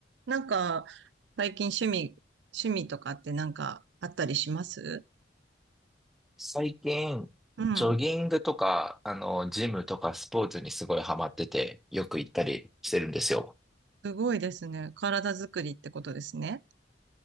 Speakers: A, on the right; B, in the centre.
A: なんか、最近趣味、趣味とかってなんかあったりします
B: 最近、
A: うん。
B: ジョギングとか、あの、ジムとかスポーツにすごいハマってて、よく行ったりしてるんですよ。
A: すごいですね。体作りってことですね。